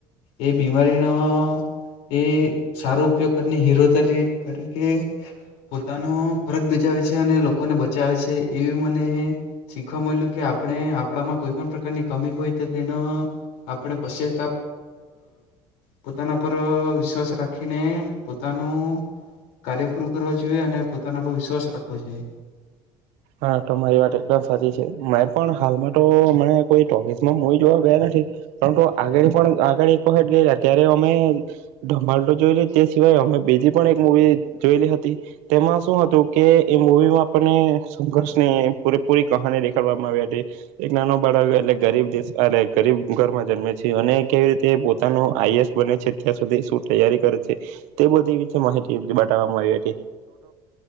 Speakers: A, on the left; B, on the right.
A: એ બીમારીનો એ સારો ઉપયોગ હીરો તરીકે તરીકે પોતાનો ફરજ બજાવે છે અને લોકોને બચાવે છે એવી મને શીખવા મળ્યું કે આપણે આપણામાં કોઈ પણ પ્રકારની કમી હોય તો તેનો આપણે પશ્ચ અ પોતાના પર વિશ્વાસ રાખીને પોતાનું કાર્ય પૂરું કરવા જોઈએ અને પોતાના પર વિશ્વાસ રાખવા જોઈએ.
B: હા તો મારી વાત એકદમ સાચી છે મેં પણ હાલમાં તો અ કોઈ ટોકીસમાં મુવી જોવા ગયા નથી પરંતુ આગળ પણ આગળ એક વખત ગઈયા ત્યારે અમે ધભો જોય તે સિવાય અમે બીજી પણ એક મવી જોયેલી હતી તેમાં શું હતું કે એ મુવીમાં આપને <unintelligible> પૂરી કહાની દેખાડવામાં આવી હતી એક નાનો બાળક એટલે ગરીબ દેશ એ ગરીબ ઘરમાં જન્મે છે અને કેવી રીતે પોતાનું આઈસ બને છે ત્યાં સુધી શું તૈયારી કરે છે તે બધી માહિતી બતાવવામાં આવી